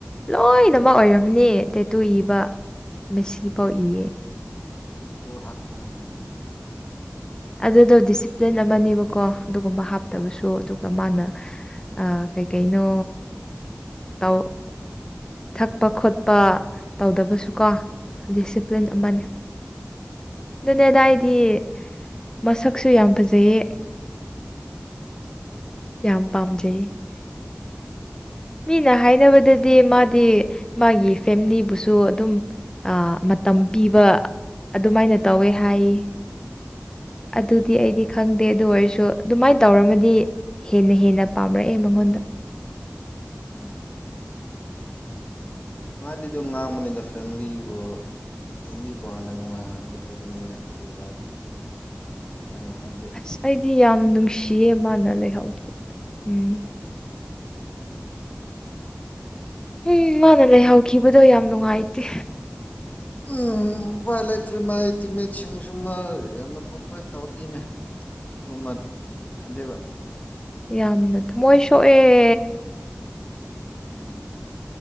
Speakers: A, on the left; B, on the left.
A: ꯂꯣꯏꯅꯃꯛ ꯑꯣꯏꯔꯝꯅꯦ ꯇꯦꯇꯨ ꯏꯕ ꯃꯦꯁꯤ ꯐꯥꯎ ꯏꯌꯦ
B: ꯏꯠꯇ ꯍꯥꯛꯄꯒꯇꯅꯦꯦ
A: ꯑꯗꯨꯗꯣ ꯗꯤꯁꯤꯄ꯭ꯂꯤꯟ ꯑꯃꯅꯦꯕꯀꯣ ꯑꯗꯨꯒꯨꯝꯕ ꯍꯥꯞꯇꯕꯁꯨ ꯑꯗꯨꯒ ꯃꯥꯅ ꯑ ꯀꯩꯀꯩꯅꯣ ꯇ ꯊꯛꯄ ꯈꯣꯠꯄ ꯇꯧꯗꯕꯁꯨꯀꯣ ꯗꯤꯁꯤꯄ꯭ꯂꯤꯟ
B: ꯎꯝ
A: ꯑꯃꯅꯤ ꯑꯗꯨꯅꯦꯗ
B: ꯎꯝ
A: ꯍꯥꯏꯗ ꯇ ꯃꯁꯛꯁꯨ ꯌꯥꯝ ꯐꯖꯩꯌꯦ
B: ꯎꯝ
A: ꯌꯥꯝ ꯄꯥꯝꯖꯩ ꯃꯤꯅ ꯍꯥꯏꯅꯕꯗꯗꯤ ꯃꯥꯗꯤ ꯃꯥꯒꯤ ꯐꯦꯃꯤꯂꯤꯕꯨꯁꯨ ꯑꯗꯨꯝ ꯃꯇꯝ ꯄꯤꯕ ꯑꯗꯨꯃꯥꯏꯅ ꯇꯧꯋꯦ ꯍꯥꯏꯌꯦ
B: ꯎꯝ
A: ꯑꯗꯨꯗꯤ ꯑꯩꯗꯤ ꯈꯪꯗꯦ ꯑꯗꯨ ꯑꯣꯏꯔꯁꯨ ꯑꯗꯨꯃꯥꯏꯅ ꯇꯧꯔꯝꯃꯗꯤ ꯍꯦꯟꯅ ꯍꯦꯟꯅ ꯄꯥꯝꯔꯛꯑꯦ ꯃꯉꯣꯟꯗ
B: ꯎꯝ ꯃꯥꯗꯤ ꯑꯗꯨꯝ ꯉꯥꯡꯕꯅꯤꯗ ꯐꯦꯃꯤꯂꯤꯕꯨ ꯐꯦꯂꯤꯕꯨꯣ ꯍꯥꯟꯅ ꯅꯨꯡꯉꯥꯏ ꯍꯥꯟꯅꯒ ꯇꯧꯕꯅꯦ ꯑꯗꯨꯗꯀꯣ ꯁꯨꯃꯥꯏꯅ ꯍꯥꯏꯖ
A: ꯑꯁ ꯑꯩꯗꯤ ꯌꯥꯝ ꯅꯨꯡꯁꯤꯌꯦ ꯃꯥꯅ ꯂꯩꯍꯧꯈꯤꯕꯗꯣ ꯎꯝ ꯎꯝ ꯃꯥꯅ ꯂꯩꯍꯥꯎꯈꯤꯕꯗꯣ ꯌꯥꯝ ꯅꯨꯡꯉꯥꯏꯇꯦ
B: ꯎꯝ ꯈ꯭ꯄꯥꯏ ꯂꯩꯇ꯭ꯔꯤ ꯃꯥꯏ ꯇꯤꯝꯃꯦꯠꯁꯤꯡꯁꯨꯃ ꯌꯥꯝꯅ ꯀꯣꯑꯣꯄꯔꯦꯠ ꯇꯧꯗ‌ꯦꯅ‌ꯦ ꯎꯃ ꯑꯟꯗ‌ꯦꯕ
A: ꯌꯥꯝꯅ ꯊꯃꯣꯏ ꯁꯣꯛꯑꯦ
B: ꯎꯝ